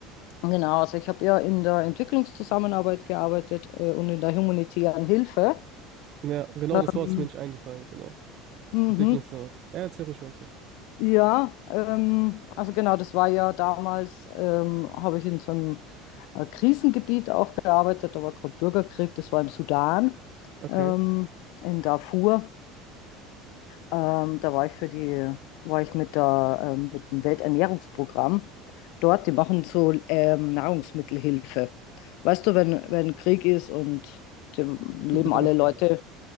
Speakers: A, on the left; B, on the right.
A: Genau, also ich habe ja in der Entwicklungszusammenarbeit gearbeitet äh, und in der humanitären Hilfe.
B: Ja, genau
A: Ähm,
B: das Wort ist mir nicht eingefallen, genau.
A: mhm.
B: Entwicklungsarbeit. Ja, erzähl ruhig weiter.
A: Ja, ähm, also genau, das war ja damals, ähm, habe ich in so einem äh, Krisengebiet auch gearbeitet, da war gerade Bürgerkrieg, das war im Sudan,
B: Okay.
A: ähm, in Darfur. Ähm, da war ich für die, war ich mit der, ähm, mit dem Welternährungsprogramm dort. Die machen so ähm, Nahrungsmittelhilfe. Weißt du, wenn, wenn Krieg ist und die leben
B: Für Bedürftige.
A: alle Leute,